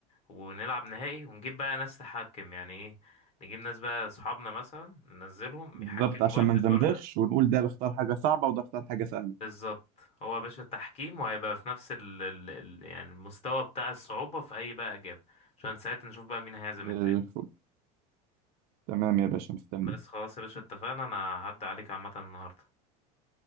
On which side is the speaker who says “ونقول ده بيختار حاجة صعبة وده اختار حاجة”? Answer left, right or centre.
Right